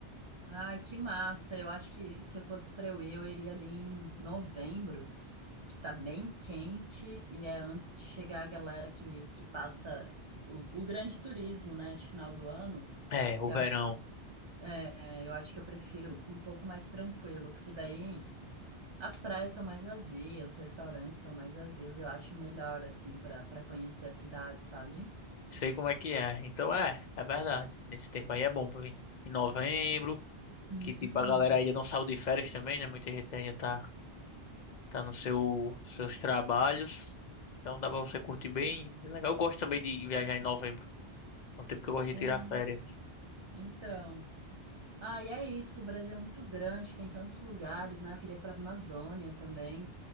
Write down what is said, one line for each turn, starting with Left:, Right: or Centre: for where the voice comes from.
Right: Ai, que massa. Eu acho que se eu fosse pra eu ir, eu iria ali em novembro, que tá bem quente e é antes de chegar a galera que, que passa o, o grande turismo, né, de final do ano.
Left: É, o
Right: Eu
Left: verão.
Right: acho, é, eu acho que eu prefiro um pouco mais tranquilo, porque daí as praias são mais vazias, os restaurantes estão mais vazios. Eu acho melhor, assim, pra para conhecer a cidade, sabe?
Left: Sei como é que é. Então, é, é verdade. Nesse tempo aí é bom pra vir. Em novembro,
Right: Uhum.
Left: que tipo, a galera ainda não saiu de férias também, né? Muita gente ainda tá tá no seu seus trabalhos. Então dá pra você curtir bem, bem legal. Eu gosto também de viajar em novembro, é um tempo que eu gosto de
Right: É,
Left: tirar férias.
Right: então. Ah, e é isso. O Brasil é muito grande, tem tantos lugares, né? Eu queria ir para a Amazônia também.